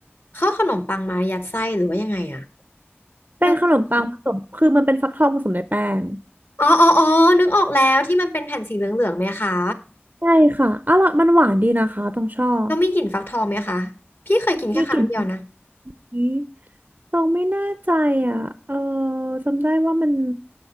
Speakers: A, on the left; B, on the right.
A: เขาเอาขนมปังมายัดไส้หรือว่ายังไงอ่ะ
B: เป็นขนมปังผสมคือมันเป็นฟักทองผสมในแป้ง
A: นึกไม่ออกอ๋ออ๋ออ๋อนึกออกแล้วที่มันเป็นแผ่นสีเหลืองๆไหมคะ
B: ใช่ค่ะอร่อยมันหวานดีนะคะต้องชอบ
A: แล้วมีกลิ่นฟักทองไหมคะพี่เคยกินแค่ครั้งเดียวนะ
B: มีกลิ่น <laughs> ต้องไม่แน่ใจอ่ะเออจำได้ว่ามัน